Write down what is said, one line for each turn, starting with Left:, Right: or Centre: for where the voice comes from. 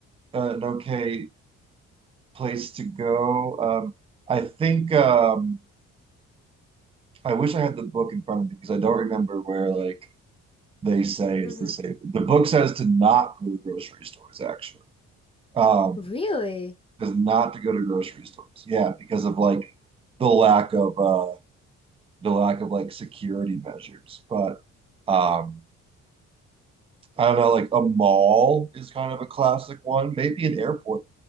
Right: an okay place to go. Um, I think, um, I wish I had the book in front of me because I don't remember where, like, they say it's
Left: hmm
Right: the safe.
Left: <laughs>
Right: The book says to not go to grocery stores, actually. Um,
Left: Really?
Right: is not to go to grocery stores. Yeah, because of like the lack of, uh, the lack of like security measures, but, um, I don't know, like a mall is kind of a classic one. Maybe an airport.